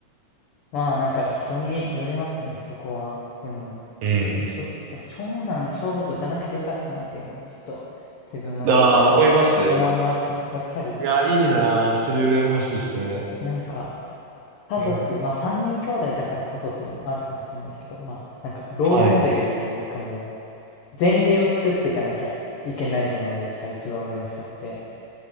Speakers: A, on the left; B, on the right.
A: まあなんか人によりますね、そこは。でも、
B: うん。
A: 本当でも長男長女じゃなくてよかったなっていうのをちょっと自分の中では思いますね。
B: ああ、思います。
A: やっぱり
B: いや、いいなー。それ羨ましいですね。
A: なんか家族、
B: うん。
A: まあ3人兄弟だからこそっていうのもあるかもしれないですけど、まあなんかロールモデルっていうかも
B: はい。
A: う前例を作っていかなきゃいけないじゃないですか、一番上の人って。